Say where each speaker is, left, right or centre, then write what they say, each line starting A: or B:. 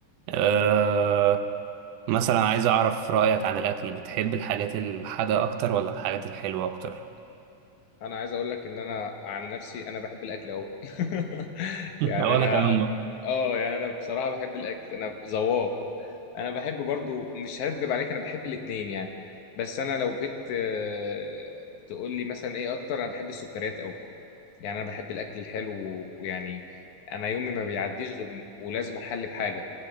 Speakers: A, on the right; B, on the left.
A: آه، مثلا عايز أعرف رأيك عن الأكل بتحب الحاجات الحادقة أكتر ولا الحاجات الحلوة أكتر؟
B: انا عايز اقول لك ان انا عن نفسي انا بحب الاكل قوي <laughs>
A: <laughs>
B: يعني
A: وأنا
B: انا
A: كمان برضه.
B: اه يعني انا بصراحه بحب الاكل انا ذواق انا بحب برضو مش هكدب عليك انا بحب الاتنين يعني بس انا لو جيت آه، تقول لي مثلا ايه اكتر انا بحب السكريات يعني انا بحب الاكل الحلو و- ويعني انا يومي ما بيعديش غير ولازم احلي بحاجه